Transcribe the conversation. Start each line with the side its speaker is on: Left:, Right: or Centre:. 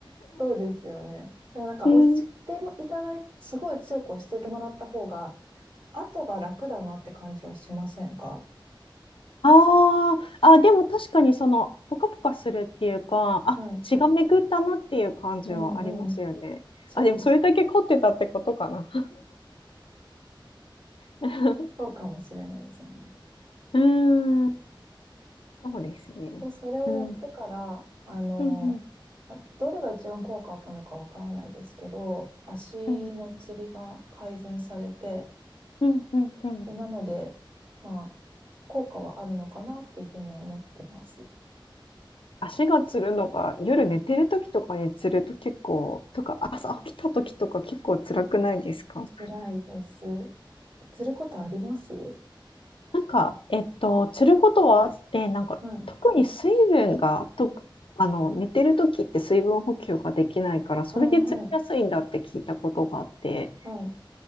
Right: そうですよね。でもなんか押してもいただいて、
Left: <laughs> うん
Right: すごい強く押してもらった方が、後が楽だなって感じはしませんか
Left: あーあ、でも確かにその、ポカポカするっていうか、あ、
Right: はい。
Left: 血が巡ったなっていう感じはありますよね。
Right: うんうん。そうですね。
Left: あ、でもそれだけ凝ってたってことかな。<laughs>
Right: そうかもしれないですね。
Left: うーん、そうですね。
Right: で、それをやってから、
Left: うん、
Right: あの、
Left: うん、うん、
Right: まどれが一番効果あったのかわからないですけど、足のつりが改善されて、
Left: うん、うん、うん。うん
Right: で、なので、まあ、効果はあるのかなっていうふうには思ってます。
Left: 足がつるのが夜寝てる時とかにつると結構、とか朝起きた時とか結構辛くないですか
Right: 辛いです。つることあります
Left: なんか、えっと、つることはあって、なんか、
Right: はい。
Left: 特に水分が、と、あの、寝てる時って水分補給ができないから、それでつりやすいんだって聞いたことがあって、
Right: ああ、はい。はい。